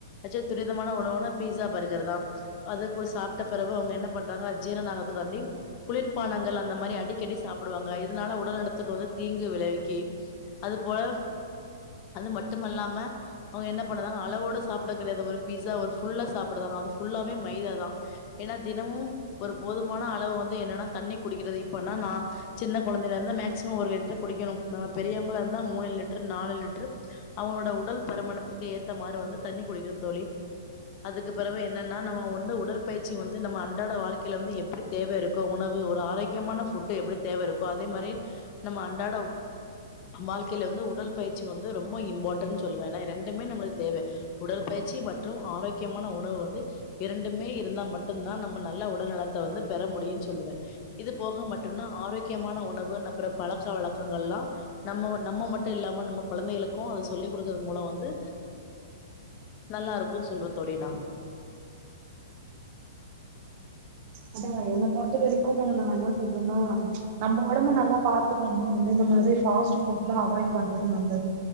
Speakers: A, on the left; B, on the right.
A: <unintelligible> துரிதமான உணவுனா பீஸா பர்கர் தா அதுக்கு சாப்ட்ட பெரவு அவங்க என்ன பண்றாங்க ஜீரன ஆகத்துக்காண்டி குளிர்ப்பானங் கள் அந்தமாரிஅடிக்கடி சாப்டுவாங்க இதனால உடல் நலத்துக்கு வந்து தீங்கு விளைவிக்கி அது போல அது மட்டுமல்லாம அவுங்க என்ன பண்ணுதா அளவோட சாப்ட கெடயாது ஒரு பீஸா ஒரு ஃபுல்லா சாப்புடுதாங்க அது ஃபுல்லா மே மைதா தா ஏனா தினமும் ஒரு போதுமான அளவு வந்து என்னன்னா தண்ணி குடிக்குறது இப்ப நா சின்ன கொழந்தைலந்து மேக்சிமம் ஒரு லிட்ரு குடிக்கணோ நம்ம பெரியவுங்ளா ந்தா மூணு லிட்ரு நாலு லிட்ரு அவுங்ளோட உடல் பருமணத்துக்கு ஏத்த மாரி வந்து தண்ணி குடிக்கணோ தோழி அதுக்கு பெறவு என்னன்னா நம்ம ஒன்னு உடற்பயிற்சி வந்து நம்ம அன்றாட வாழ்க்கைல வந்து எப்டி தேவ இருக்கோ உணவு ஒரு ஆரோக்கியமான ஃபுட்டு் எப்டி தேவை இருக்கோ அதே மாரி நம்ம அண்டாட வாழ்க்கைல வந்து உடல் பயிற்சி வந்து ரொம்ப இம்பார்டன் சொல்லுவே ஏன்னா ரெண்டுமே நம்மளுக்கு தேவ உடற்பயிற்சி மற்றும் ஆரோக்கியமான உணவு வந்து இரண்டுமே இருந்தா மட்டும்தா நம்ம நல்ல உடல்நலத்த வந்து பெற முடியும்னு சொல்லுவ இது போக மட்டும்னா ஆரோக்கியமான உணவு நப்புறோ பழக்க வழக்கங்கள்லா நம்ம நம்ம மட்டோ இல்லாம நம்ம கொழந்தைகளுக்கோ அத சொல்லிக் குடுக்கறது மூலோ வந்து நல்லா இருக்கோ சொல்ற தோழி நா
B: அதா என்னை பொறுத்த வரைக்கோ நா என்ன சொல்றேன்னா நம்ம ஒடம்பு நல்லா பாத்துக்கொணோ வந்து இந்த மாதி ஃபாஸ்ட் ஃபுட்லா அவாய்ட் பண்றது நல்லது